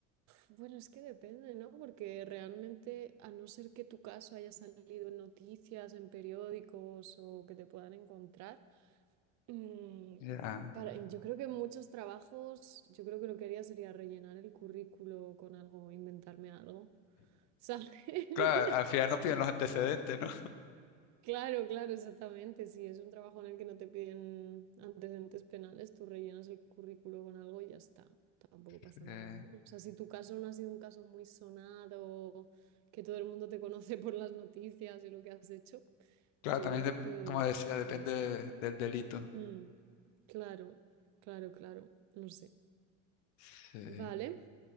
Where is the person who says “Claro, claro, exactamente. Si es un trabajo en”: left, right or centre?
Right